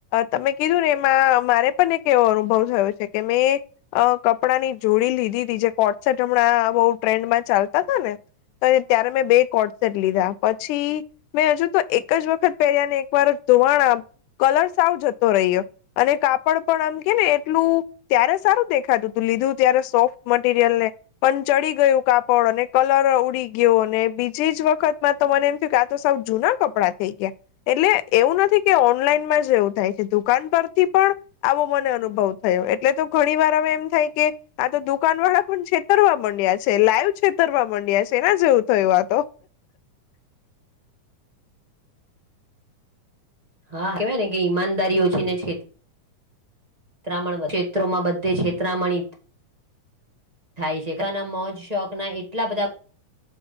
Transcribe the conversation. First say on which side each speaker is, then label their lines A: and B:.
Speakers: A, on the left (about 80°); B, on the right (about 20°).
A: તમે કીધું ને એમાં મારે પણ કેવો અનુભવ થયો છે કે મેં કપડાંની જોડી લીધી તી જે કોટસેટ હમણાં બહું ટ્રેન્ડ માં ચાલતા ને તો ત્યારે મેં બે કોડ સેટ લીધા પછી મે હજુ તો એક જ વખત પહેર્યા ને એક વાર જ ધોવાણા કલર સાવ જતો રહ્યો અને કાપડ પણ આમ કે ને એટલું ત્યારે સારું દેખાતું તું લીધું ત્યારે સોફ્ટ મટીરિયલ ને પણ ચડી ગયું એવું કાપડ અને કલર ઉડી ગયો અને બીજીજ વખત માં તો મને એમ થયું કે આ તો સા જૂના કપડા થઈ ગયા એટલે એવું નથી કે ઓનલાઈનમાં જ એવું થાય છે દુકાન પરથી પણ મને અનુભવ થયો એટલે તો ઘણી વાર એમ થાય, કે આ તો દુકાન વાળા પણ છે, તરવા માંડિયા જ લાઈવ છેતર મા મંડ્યા છે એના જેવુ થયું તો
B: <inaudible> હા કેવાય ને કે ઈમાનદારી ઓછી ને છે. છેતરામ, ક્ષેત્રોમા બધે છેતરામણી થાય છેના, મોજ શોકના એટલા બધા